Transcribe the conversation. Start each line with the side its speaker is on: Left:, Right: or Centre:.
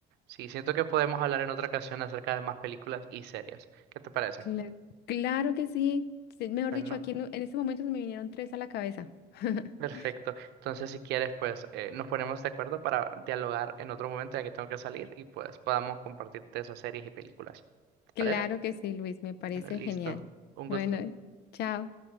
Right: Sí, siento que podemos hablar en otra ocasión acerca de más películas y series. ¿Qué te parece?
Left: Claro, claro que sí. Sí, Mejor
Right: Bueno,
Left: dicho, aquí en, en este momento se me vinieron tres a la cabeza. <laughs>
Right: perfecto. Entonces, si quieres, pues eh, nos ponemos de acuerdo para dialogar en otro momento ya que tengo que salir y pues podamos compartirte esas series y películas. ¿Te parece?
Left: Claro que sí, Luis, me parece
Right: Bueno, listo.
Left: genial.
Right: Un
Left: Bueno,
Right: gusto.
Left: chao.